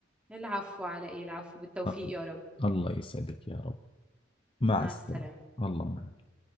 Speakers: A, in the centre; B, on the left (about 25°).
A: العفو على ايه العفو بالتوفيق
B: الله
A: يا رب
B: الله يسعدك يا رب مع
A: مع
B: السلامة
A: السلامة
B: الله معك